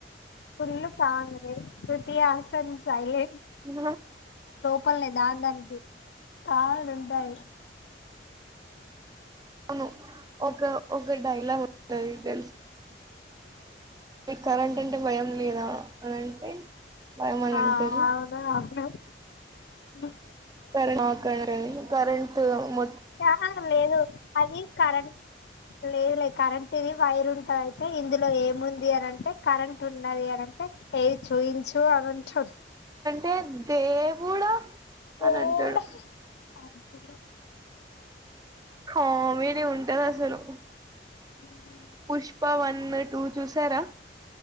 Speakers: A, on the left; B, on the right.
A: ఫుల్లు కా అంగే తే అసన్ సాయి
B: ఇ
A: పప్పల్లే దా దానికి కాళ్లు ఉంటాయి
B: అవును ఒక ఒక డైలాగ్ ఉంటంది తెలుసి కరెంట్ అంటే భయం లేదా అని అంటే భయం అని
A: ఆవునువును
B: అంటది
A: అ
B: ర కరంట్ మ
A: చా లేదు అది కరణ లేదు లేదు కరెంట్ ఇది వైర్ ఉంటది అయితే ఇందులో ఏముంది అనంటే కరెంట్ ఉన్నది అనింటే ఏది చూయించు తు అరం ఛత్
B: తె దవుడా
A: దేవుడా
B: అని అంటాడు
A: అవును
B: ఆ మీదే ఉంటద అసలు
A: ఇనో అడిబుల్
B: పుష్ప వన్ టూ చూసారా